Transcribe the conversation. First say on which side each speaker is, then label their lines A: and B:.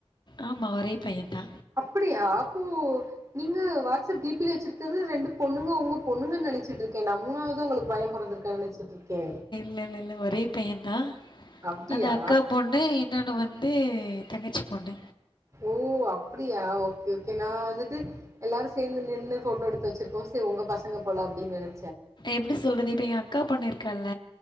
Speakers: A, on the left (about 50°); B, on the right (about 30°).
A: ஆமா ஒரே பையந்தா
B: அப்படியா அப்போ நீங்க வாட்ஸ்அப் டி பி ல வெச்சிருக்கது ரெண்டு பொண்ணுங்க உங்க பொண்ணுங்கன் நெனைச்சிட்ருக்கே நா மூணாவதா உங்களுக்கு பைய பொறந்துருக்குன் நெனச்சிட்ருக்கே
A: இல்லல்லல்ல ஒரே பையந்தா
B: அப்டியா
A: அது அக்கா பொண்ணு இன்னோனு வந் து தங்கச்சி பொண்ணு
B: ஓ அப்படியா ஓகே ஓகே நா வந்துட்டு எல்லாரு சேந்து நின்னு ஃபோட்டோ எடுத்து வெச்சிருக்கவு உங்க பசங்க போல அப்டின் நெனை
A: எப்டி சொல்றது இப்ப எ அக்கா பொண்ணிருக்கால